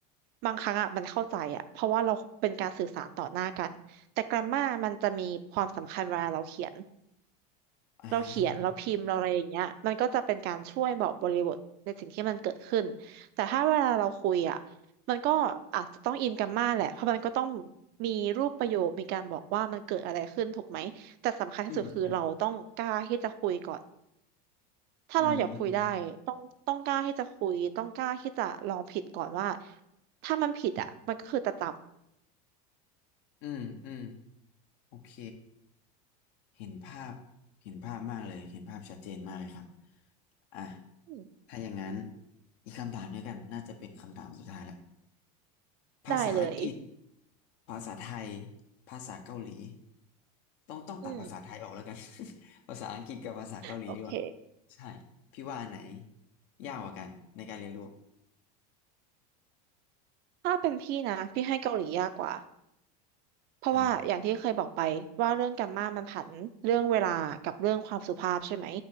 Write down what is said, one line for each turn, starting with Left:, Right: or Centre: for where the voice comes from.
Right: บางครั้งอ่ะมันเข้าใจอ่ะเพราะว่าเราเป็นการสื่อสารต่อหน้ากันแต่ grammar มันจะมีความสำคัญเวลาเราเขียน
Left: อ่า
Right: เราเขียนเราพิมพ์เราอะไรอย่างเงี้ยมันก็จะเป็นการช่วยบอกบริบทในสิ่งที่มันเกิดขึ้นแต่ถ้าเวลาเราคุยอ่ะมันก็อาจจะต้องอินกันมากแหละเพราะมันก็ต้องมีรูปประโยคมีการบอกว่ามันเกิดอะไรขึ้นถูกไหมแต่สำคัญที่สุดคือเราต้องกล้าที่จะคุยก่อน
Left: อืมครับ
Right: ถ้าเราอยากคุยได้ต้องต้องกล้าที่จะคุยต้องกล้าที่จะลองผิดก่อนว่า
Left: อืม
Right: ถ้ามันผิดอ่ะมันก็คือจะจ
Left: อืม อืมอืม โอเคเห็นภาพเห็นภาพมากเลยเห็นภาพชัดเจนมากเลยครับอ่ะ
Right: ำอืม
Left: ถ้าอย่างนั้นอีกคำถามด้วยกันน่าจะเป็นคำถามสุดท้ายแล้วภาษาอังกฤษ
Right: ได้เลย
Left: ภาษาไทยภาษาเกาหลีต้องต้องตัดภาษาไทยออกแล้วกัน
Right: อืม
Left: <laughs> ภาษาอังกฤษกับภาษาเกาหลีดีกว่า
Right: โอเค
Left: ใช่พี่ว่าอันไหนยากกว่ากันในการเรียนรู้
Right: ถ้าเป็นพี่นะพี่ให้เกาหลียากกว่า เพราะว่าอย่างที่เคยบอกไปว่าเรื่องแกมมามันผันเรื่องเวลากับเรื่องความสุภาพใช่ไหม
Left: อ่า